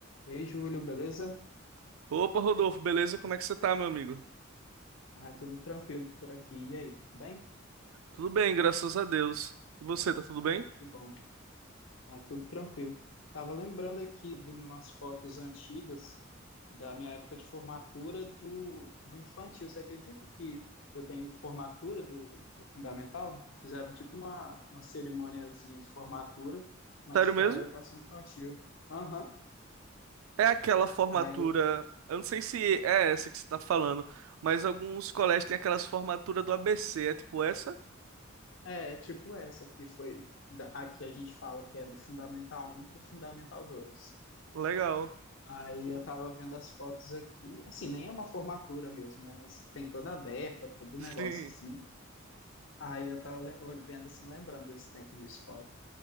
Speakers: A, on the left; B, on the right.
A: Ei, Júlio, beleza?
B: Opa, Rodolfo, beleza? Como é que você tá, meu amigo?
A: Ah, tudo tranquilo por aqui. E aí, tudo bem?
B: Tudo bem, graças a Deus. E você, tá tudo bem?
A: Ah, que bom. Ah, tudo tranquilo. Tava lembrando aqui, vendo umas fotos antigas da minha época de formatura do, do infantil. Você acredita que eu tenho formatura do, do fundamental? Fizeram tipo uma, uma cerimoniazinha de formatura, mas
B: Sério
A: para
B: mesmo?
A: educação infantil. Aham.
B: É aquela formatura.
A: Aí, eu-
B: Eu não sei se é essa que você tá falando, mas alguns colégios têm aquelas formaturas do ABC. É tipo essa?
A: é, tipo essa, que foi, que da- aqui a gente fala que é do Fundamental um para o Fundamental 2.
B: Legal.
A: Aí eu tava vendo as fotos aqui, assim, nem é uma formatura mesmo, né? Mas tem toda a beca, todo o
B: Sim.
A: negócio assim. Aí eu tava le- vendo assim, lembrando desse tempo de escola.